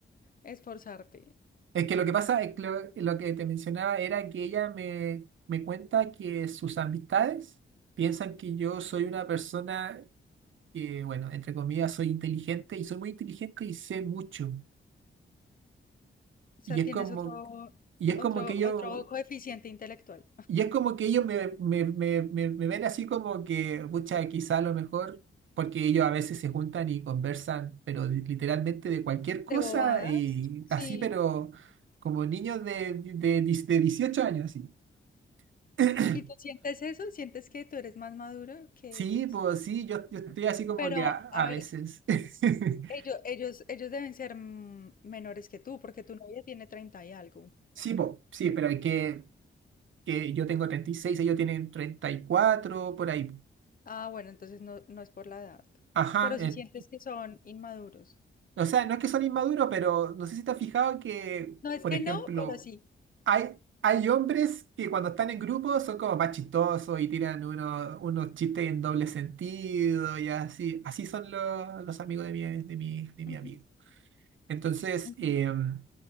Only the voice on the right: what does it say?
Es que lo que pasa es que lo, lo que te mencionaba era que ella me, me cuenta que sus amistades piensan que yo soy una persona que, bueno, entre comillas, soy inteligente y soy muy inteligente y sé mucho.
Y es
como,
y es
como que ellos,
y es como que ellos me, me, me, me, me ven así como que, pucha, quizá a lo mejor, porque ellos a veces se juntan y conversan, pero de- literalmente de cualquier
cosa
y
así, pero como niños de, de, de 18 años, así. <clears throat>
Sí,
pues sí, yo, yo estoy así como
que a,
a
veces. <laughs>
Sí, pues sí, pero hay que, que yo tengo 36, ellos tienen 34 por ahí.
Ajá,
eh,
o sea, no es que son inmaduros, pero no sé si te has fijado que,
por
ejemplo,
hay, hay hombres que cuando están en grupo son como más chistosos y tiran unos, unos chistes en doble sentido y así. Así son los, los amigos de mi, de mi, de mi
amiga. Entonces,
em,